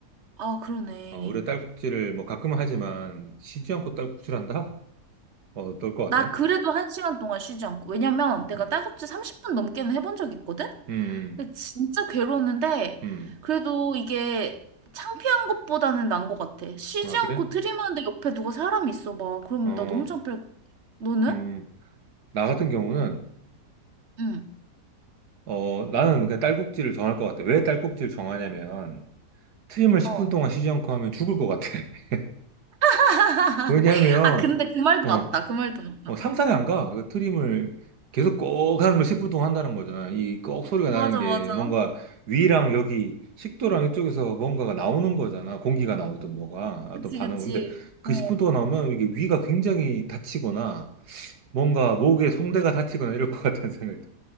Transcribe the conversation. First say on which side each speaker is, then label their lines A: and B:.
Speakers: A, on the right; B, on the right.
A: 아, 그러네.
B: 어, 우리 딸꾹질을 뭐 가끔은 하지만 쉬지 않고 딸꾹질한다? 어, 어떨 것
A: 나
B: 같아?
A: 그래도 1시간 동안 쉬지 않고. 왜냐면 내가
B: 응.
A: 딸꾹질 30분 넘게는 해본 적이 있거든?
B: 음,
A: 근데 진짜 괴로웠는데,
B: 음,
A: 그래도 이게 창피한 것보다는 난 것 같아. 쉬지
B: 음. 아, 그래?
A: 않고 트림하는데 옆에 누가 사람이 있어 봐. 그럼
B: 어,
A: 나 너무 창피할 것 같아. 너는?
B: 음, 나 같은 경우는,
A: 응.
B: 어, 나는 그냥 딸꾹질을 정할 것 같아. 왜 딸꾹질을 정하냐면, 트림을 10분
A: 어.
B: 동안 쉬지 않고 하면 죽을 것 같아. <laughs>
A: <laughs>
B: 왜냐하면,
A: 아, 근데 그 말도
B: 어,
A: 맞다. 그 말도 맞다.
B: 어, 상상이 안 가. 그 트림을 계속 꼭 하는 걸 10분 동안 한다는 거잖아. 이 꼭 소리가
A: 맞아,
B: 나는 게
A: 맞아.
B: 뭔가 위랑 여기 식도랑 이쪽에서 뭔가가 나오는 거잖아. 공기가 나오든 뭐가 어떤
A: 그치,
B: 반응은.
A: 그치.
B: 근데 그
A: 어.
B: 10분 동안 나오면 이게 위가 굉장히 다치거나 뭔가 목에 성대가 다치거나 이럴 것 같다는 <laughs> 생각이 들어.